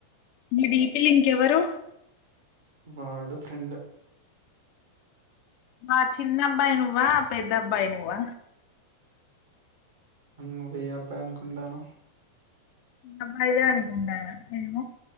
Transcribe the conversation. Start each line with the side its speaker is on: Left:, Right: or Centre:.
Left: మీ డీపిలో ఇంకెవ్వరు
Right: వాడు ఫ్రెండ్
Left: మా చిన్న అబ్బాయి నువ్వా పెద్ద అబ్బాయి నువ్వా
Right: నువ్వే అబ్బాయి అనుకుంటాన్నావ్
Left: అబ్బాయివే అనుకుంటాన్నా ఎమో